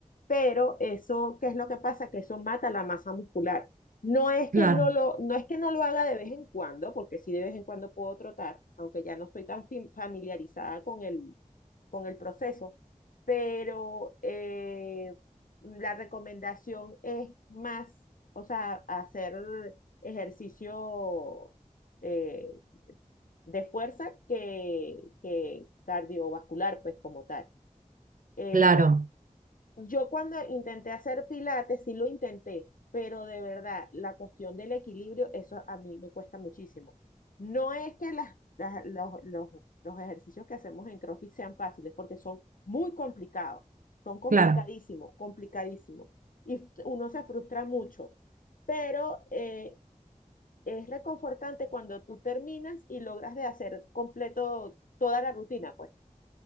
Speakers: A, on the left; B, on the right.
A: pero eso, ¿qué es lo que pasa? Que eso mata la masa muscular. No es
B: claro,
A: que no lo, no es que no lo haga de vez en cuando, porque sí de vez en cuando puedo trotar, aunque ya no estoy tan fam- familiarizada con el, con el proceso, pero eh, la recomendación es más, o sea, hacer ejercicio eh, de fuerza que, que cardiovascular, pues como tal. Eh,
B: claro,
A: yo cuando intenté hacer pilates, sí lo intenté, pero de verdad, la cuestión del equilibrio, eso a mí me cuesta muchísimo. No es que las, las- los, los- los ejercicios que hacemos en CrossFit sean fáciles, porque son muy complicados, son complicadísimos,
B: claro.
A: complicadísimos, y f- uno se frustra mucho, pero eh, es reconfortante cuando tú terminas y logras de hacer completo toda la rutina, pues.